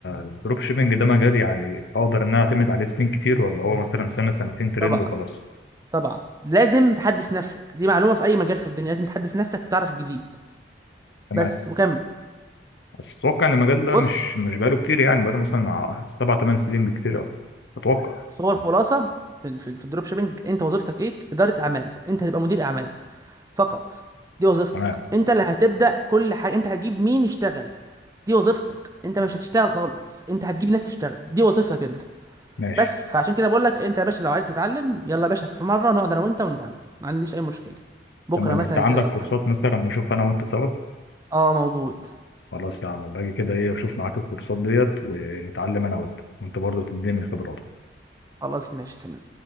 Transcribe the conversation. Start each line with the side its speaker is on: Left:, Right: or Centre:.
Left: الدروب شيبنج ده مجال يعني اقدر ان انا اعتمد عليه سنين كتير ولا هو مثلا سنه سنتين ترند
Right: طبعا
Left: وخلاص
Right: طبعا لازم تحدث نفسك دي معلومه في اي مجال في الدنيا لازم تحدث نفسك تعرف الجديد
Left: تمام
Right: بس وكمل
Left: بس اتوقع ان المجال ده
Right: بص
Left: مش مش بقاله كتير يعني بقاله مثلا ع- سبع ثمان سنين بكتير قوي اتوقع
Right: بس هو الخلاصه في ال- في الدروب شيبنج انت وظيفتك ايه اداره اعمال انت هتبقى مدير اعمال فقط دي وظيفتك
Left: تمام
Right: انت اللي هتبدا كل حاجه انت هتجيب مين يشتغل دي وظيفتك انت مش هتشتغل خالص انت هتجيب ناس تشتغل دي وظيفتك انت
Left: ماشي
Right: بس فعشان كده بقول لك انت يا باشا لو عايز تتعلم يلا يا باشا في مره نقعد انا وانت ونتعلم ما عنديش اي مشكله بكره
Left: تمام
Right: مثلا
Left: انت عندك
Right: كده ولا
Left: كورسات
Right: حاجه
Left: مثلا نشوف انا وانت سوا
Right: اه موجود
Left: خلاص يا عم باجي كده ايه اشوف معاك الكورسات ديت ونتعلم انا وانت وانت برضه تديني من خبراتك
Right: خلاص ماشي تمام